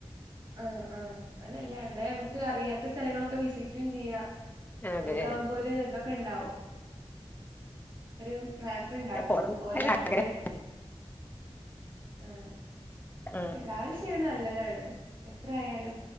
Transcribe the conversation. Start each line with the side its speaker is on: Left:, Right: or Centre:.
Right: ആഹ് ആഹ് അത് നല്ലാണ് ന്നെ നമുക്ക് അറിയാത്ത സ്ഥലങ്ങളൊക്കെ വിസിറ്റും ചെയ്യാ
Left: അതെ
Right: ഓൽക്കാവുമ്പോ ഒരു തൊക്കെണ്ടാവും ഒര് മാപ്പ്ണ്ടാകും
Left: പോണം
Right: ഓലാതില്
Left: ആഗ്രഹം
Right: ആഹ്
Left: ആഹ്
Right: ട്രാവൽ ചെയ്യണ നല്ലതാണ് എത്രയാലും